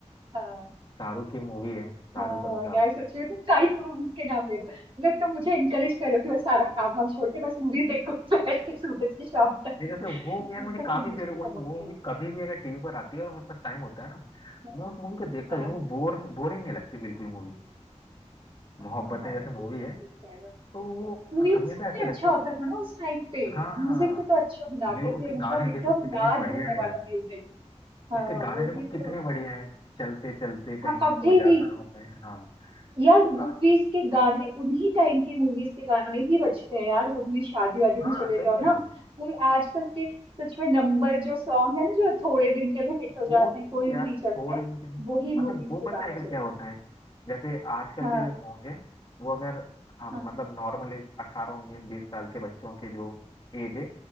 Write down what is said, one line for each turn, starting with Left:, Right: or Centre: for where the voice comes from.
Right: हाँ
Left: शाहरुख की मूवी है शाहरुख
Right: हाँ
Left: अमिताभ
Right: यार
Left: की
Right: सच में तुम साइड मूवीज के नाम ले दो मतलब तुम मुझे इनकरेज करो कि बस सारा काम वाम छोड़ के बस मूवीज देखो <laughs> बैठ के सुबह से शाम तक
Left: नहीं जैसे वो यार मुझे
Right: ऐसा तुम
Left: काफी
Right: मुझे
Left: फेवरेट
Right: प्रमोट
Left: उस वो मूवी कभी भी अगर टीवी पर आती है और मेरे पास टाइम होता है ना
Right: करो
Left: मैं उस मूवी को देखता
Right: हाँ
Left: हूँ वो बोर बोरिंग नहीं लगती बिल्कुल मूवी मोहब्बतें
Right: हाँ हाँ
Left: जैसे
Right: यार
Left: मूवी
Right: ये तो
Left: है
Right: सही कह रहे
Left: तो वो
Right: हो म्यूजिक
Left: हमेशा ऐसे
Right: भी अच्छा
Left: लगती
Right: होता
Left: है
Right: था ना उस टाइम पे
Left: हाँ
Right: म्यूजिक
Left: हाँ
Right: भी तो अच्छा बनाते
Left: म्यू-
Right: थे
Left: उसके
Right: मतलब
Left: गाने
Right: एकदम
Left: देखो कितने
Right: याद
Left: बढ़िया
Right: रहने
Left: है यार
Right: वाला म्यूजिक हाँ
Left: उसके गाने
Right: वो
Left: देखो
Right: भी
Left: कितने
Right: तो
Left: बढ़िया है चलते चलते
Right: हाँ,
Left: कहीं
Right: अभी
Left: खो जाता
Right: भी
Left: हूँ मैं हाँ
Right: यार
Left: तो
Right: मूवीज
Left: का
Right: के गाने उन्हीं टाइम के मूवीज के गाने ही बजते हैं यार कभी भी शादी वादी
Left: हाँ
Right: में चले
Left: सही
Right: जाओ
Left: कह
Right: ना
Left: रहे हो
Right: कोई आजकल के सच में नंबर जो सॉन्ग है ना जो थोड़े दिन के लिए हिट हो जाते
Left: वो
Right: हैं
Left: तो
Right: कोई
Left: यार
Right: भी नहीं
Left: छोड़
Right: चलते हैं
Left: इनके लिए
Right: वही
Left: मतलब
Right: मूवीज
Left: वो
Right: के
Left: पता
Right: गाने
Left: है फिर
Right: चलते
Left: क्या होता है जैसे आजकल
Right: हैं हाँ
Left: के जो सॉन्ग है वो अगर हाँ
Right: हाँ
Left: मतलब नॉर्मली अट्ठारह उन्नीस बीस साल के बच्चों की जो एज है